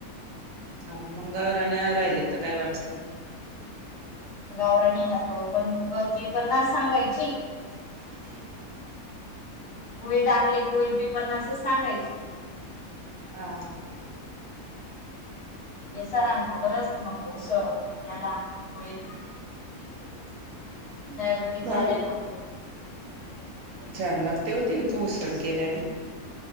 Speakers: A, on the right; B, on the left.
A: हा मंगावर आणि राहिले तर काही वाटत नाही
B: गावराणी ना तो पण ती पन्नास सांगायची
A: ह
B: कुळीत आणले ‌.
A: हा.
B: येसरांना बरच मग सत त्याला होळीत.
A: <inaudible>
B: डायबिटीज
A: भारी
B: वाल्यांना.
A: छान लागते होती इथून उसड केल्याने.